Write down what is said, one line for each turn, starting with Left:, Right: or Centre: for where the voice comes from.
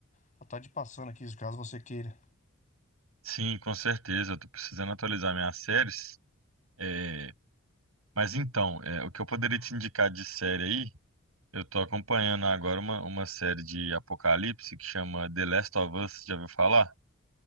Left: estar tá te passando aqui, caso você queira.
Right: Sim, com certeza. Eu tô precisando atualizar minhas séries. É, Mas então, é, o que eu poderia te indicar de série aí? Eu tô acompanhando agora uma, uma série de Apocalipse que chama The Last of Us. Já ouviu falar?